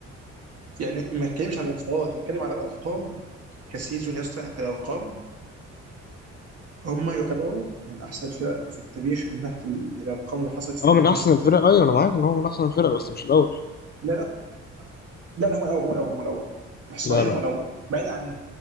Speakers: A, on the right; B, on the left.
A: يعني ما اتكلمش على الانتصارات بتكلم على الارقام كسيزون يا اسطى يعني كالارقام هم يعتبروا من أحسن الفرق في التاريخ من ناحية ال- الأرقام اللي حصلت في
B: هو
A: الموسم
B: من احسن الفرق
A: ده
B: ايوه انا معاك ان هو من احسن الفرق بس مش الاول
A: لا لا لا لا، هم الأول هم الأول هم الأول إحصائيا
B: لا لا
A: هم الأول بعيد عن